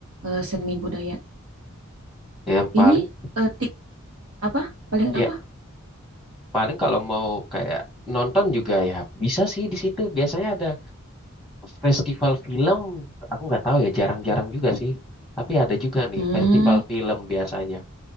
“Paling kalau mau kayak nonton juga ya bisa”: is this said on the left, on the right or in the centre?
Centre